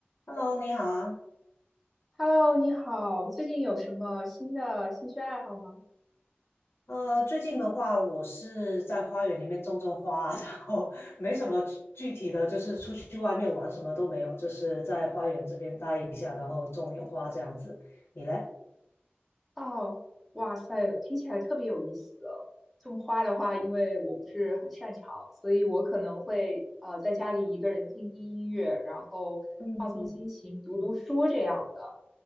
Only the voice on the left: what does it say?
Hello，你好啊。
呃，最近的话，我是在花园里面种种花，<laughs> 然后没什么具具体的，就是出去外面玩什么都没有，就是在花园这边待一下，然后种点花这样子。你嘞？
嗯，